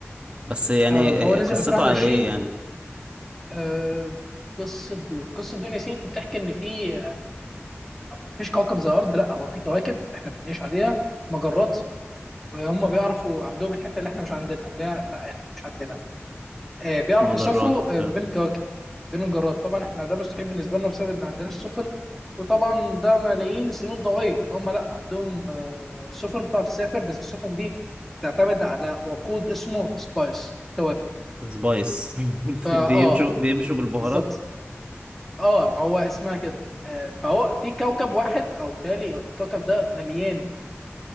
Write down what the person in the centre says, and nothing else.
آه فهو نزل
2021
آه قصه دون قصه دون يا سيدي بتحكي ان في مفيش كوكب زي الارض لا هو في كواكب احنا بنعيش عليها مجرات وهم بيعرفوا عندهم الحته اللي احنا مش عندنا اللي هي لا اللي مش عندنا آه، بيعرفوا
يسافروا
آه، ما بين الكواكب بين المجرات طبعا احنا ده مستحيل بالنسبه لنا بسبب اللي عندنا السفن وطبعا ده ملايين السنين الضوئيه فهم لا عندهم آه، سفن بتعرف تسافر بس السفن دي تعتمد على وقود اسمه سبايس التوابل
فا
اه
بالظبط اه ما هو اسمها كده آه، فهو في كوكب واحد او بالتالي الكوكب ده مليان